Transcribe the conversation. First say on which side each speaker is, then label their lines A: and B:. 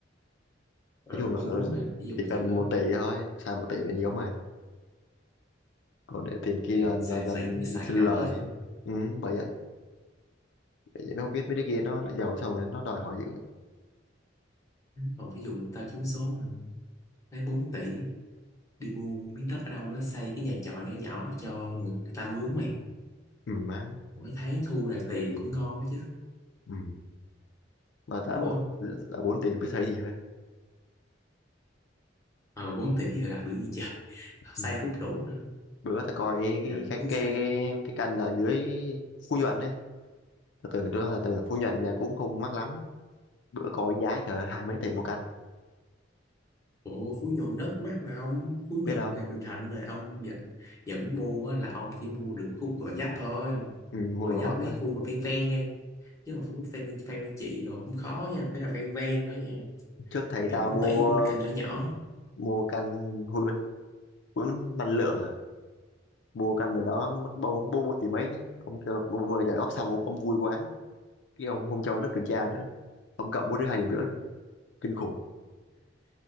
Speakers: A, on the left (about 15°); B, on the left (about 65°).
A: Ờ
B: Nói chung là
A: cũng đúng ha, ví dụ mà
B: chỉ cần
A: giờ
B: một
A: có
B: tỷ thôi, xài một tỷ là nhiều mà. còn để tiền kia
A: thiệt,
B: làm,
A: xài
B: làm
A: tỷ không biết xài
B: xin
A: khi nào
B: lời
A: hết
B: ấy.
A: luôn
B: ừ, bởi vậy bởi vậy mới không biết mấy đứa kia nó nó giàu xong rồi nó đòi hỏi dữ
A: Còn ví dụ mà tao trúng số hả? lấy 4 tỷ đi mua miếng đất ở đâu đó xây cái nhà trọ nhỏ nhỏ cho người ta mướn mày
B: ừ má
A: Mỗi tháng thu ra tiền cũng ngon đó chứ,
B: ừ mà tao
A: đúng không?
B: là bốn tiền biết thấy gì hết
A: Ờ 4 tỷ giờ làm được gì trời? Xây
B: ừ.
A: cũng đủ
B: bữa tao coi cái
A: rạch núi
B: cái cái
A: Sam
B: cái canh ở dưới Phú Nhuận đấy tao tưởng tôi là tưởng Phú Nhuận nhà cũng không mắc lắm bữa coi giá trời ơi, hai mấy tỷ một căn,
A: Ủa Phú Nhuận đất mắc mà ông Phú
B: biết
A: Nhuận
B: đâu
A: này Bình Thạnh này ông dẫn, dẫn mua á, là ông chỉ mua được khúc Gò Vấp thôi
B: ừ, mua
A: Gò
B: đồ
A: Vấp
B: bắp
A: mấy
B: thôi
A: khu mà ven ven nha chứ mà khúc ven ven ven chị rồi cũng khó nha phải là ven ven nữa nha
B: trước thầy
A: thì
B: tao
A: 4
B: mua
A: tỷ mua được căn nhỏ nhỏ
B: mua căn hun hun năng lượng à mua căn rồi đó mất bốn bốn bốn tỷ mấy chứ ông kêu mua vừa trả góp xong ông, ông vui quá cái ông không cho lớp kiểm tra nữa ông cộng mỗi đứa hai điểm rưỡi luôn kinh khủng